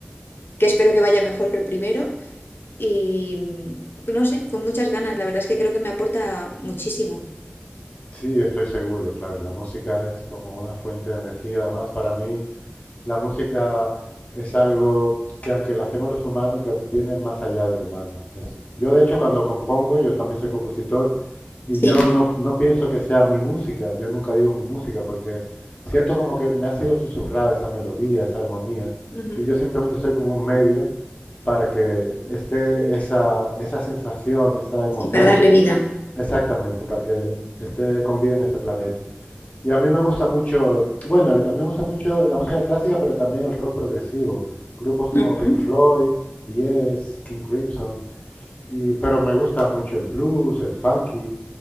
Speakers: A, on the left; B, on the left.
A: que espero que vaya mejor que el primero y mm, no sé, con muchas ganas. La verdad es que creo que me aporta muchísimo.
B: Sí, estoy seguro, claro. La música es como una fuente de energía. Además, para mí, La música es algo que aunque la hacemos los humanos, que viene más allá del humano. Es- yo de hecho cuando compongo, yo también soy compositor y
A: Sí,
B: yo no, no pienso que sea mi música, yo nunca digo mi música porque siento como que me ha sido susurrada esa melodía, esa armonía
A: ujú,
B: y yo simplemente soy como un medio para que esté esa, esa sensación, esa emoción,
A: Sí, para darle vida.
B: exactamente, para que
A: Ujú,
B: esté con vida en este planeta. Y a mí me gusta mucho, bueno, a mí me gusta mucho la música clásica, pero también el rock progresivo. Grupos como
A: ujú.
B: Pink Floyd, Yes, King Crimson. Y, pero me gusta mucho el blues, el funky,